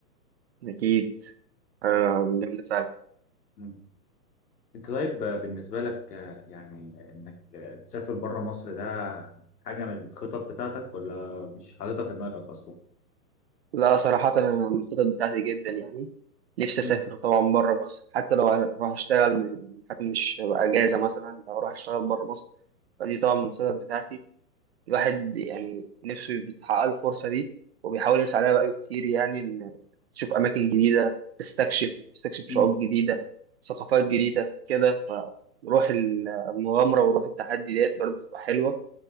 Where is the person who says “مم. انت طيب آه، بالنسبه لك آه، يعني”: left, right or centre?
Left